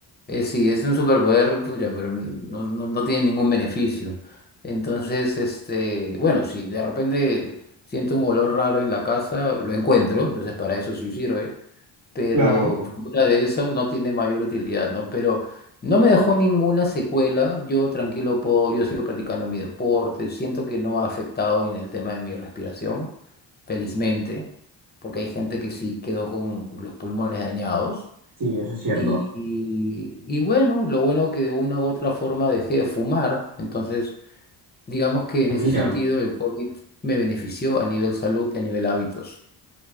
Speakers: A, on the left; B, on the right.
A: eh, sí, es un superpoder, pucha, pero no, no, no tiene ningún beneficio. Entonces, este, bueno, si de repente siento un olor raro en la casa, lo encuentro, entonces para eso sí sirve pero
B: Claro.
A: fuera de eso no tiene mayor utilidad, ¿no? Pero no me dejó ninguna secuela, yo tranquilo puedo, yo sigo practicando mi deporte, siento que no ha afectado en el tema de mi respiración, felizmente, porque hay gente que sí quedó con los pulmones dañados.
B: Sí, eso es cierto.
A: Y, y, y bueno, lo bueno que de una u otra forma dejé de fumar, entonces digamos que en
B: Ah, Mira,
A: ese sentido el COVID me benefició a nivel salud y a nivel hábitos.